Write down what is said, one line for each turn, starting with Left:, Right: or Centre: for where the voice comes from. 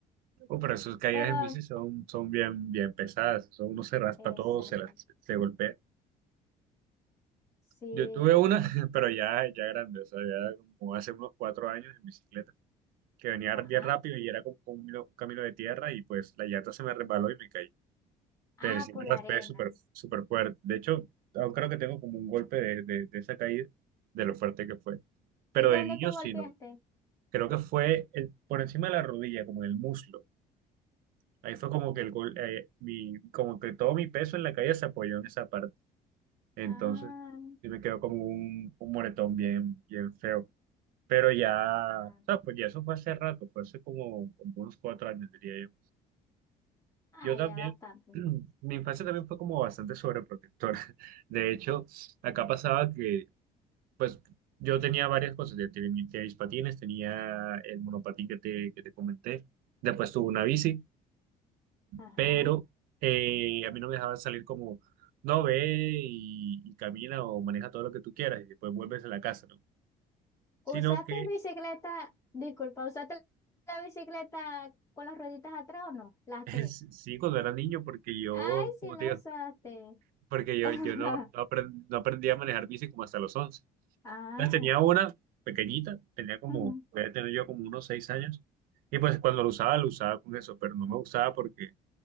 Right: Oh, pero esas caídas
Left: Pero,
Right: en bici son, son bien, bien pesadas, eso uno se raspa
Left: exacto,
Right: todo, se, la- se golpea.
Left: sí,
Right: Yo tuve una, <laughs> pero ya, ya grande, o sea, ya como hace unos cuatro años en bicicleta, que venía
Left: ajá,
Right: bien rápido y era como, como un camino un camino de tierra y pues la llanta se me resbaló y me caí.
Left: ah,
Right: Pero sí
Left: por
Right: me
Left: la
Right: raspé
Left: arena.
Right: súper súper fuerte. De hecho, aún creo que tengo como un golpe de, de- de esa caída, de lo fuerte que fue. Pero
Left: ¿Y dónde
Right: de niño
Left: te golpeaste?
Right: sí, no. Creo que fue el, por encima de la rodilla, como en el muslo. Ahí fue como que el gol, eh, mi, como que todo mi peso en la caída se apoyó en esa parte. Entonces,
Left: Ah,
Right: sí me quedó como un, un moretón bien, bien feo. Pero ya,
Left: ah,
Right: o sea, pues ya eso fue hace rato, fue hace como, como unos cuatro años, diría yo.
Left: ah,
Right: Yo también,
Left: ya bastante.
Right: <clears throat> mi infancia también fue como bastante sobreprotectora. <laughs> De hecho, acá pasaba que, pues, yo tenía varias cosas. Yo tenía mis tenía mis patines, tenía el monopatín que te, que te comenté. Después tuve una bici,
Left: Ajá.
Right: pero eh, a mí no me dejaban salir como, no, ve y, y camina o maneja todo lo que tú quieras y después vuelves a la casa, ¿no? Sino
Left: ¿Usaste
Right: que,
Left: bicicleta? Disculpa, ¿usaste la bicicleta con las rueditas atrás o no? Las
Right: <laughs>
Left: tres.
Right: sí, cuando era niño, porque yo,
Left: Ay,
Right: como
Left: sí la
Right: te digo,
Left: usaste.
Right: porque yo,
Left: <laughs>
Right: yo no, no aprend- no aprendí a manejar bici como hasta los once
Left: Ah,
Right: Entonces tenía una pequeñita, tenía como,
Left: ujú,
Right: voy a tener yo como unos seis años, y pues cuando lo usaba, lo usaba con eso, pero no me gustaba porque